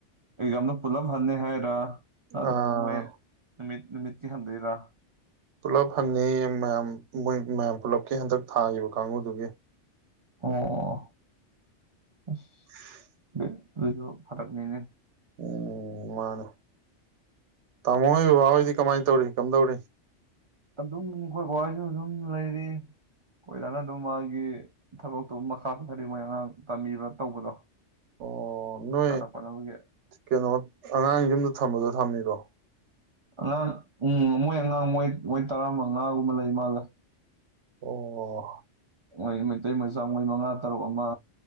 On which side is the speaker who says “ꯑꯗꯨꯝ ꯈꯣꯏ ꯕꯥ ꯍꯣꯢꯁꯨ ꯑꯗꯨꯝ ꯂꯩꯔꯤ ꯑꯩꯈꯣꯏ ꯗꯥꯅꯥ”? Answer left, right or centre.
Right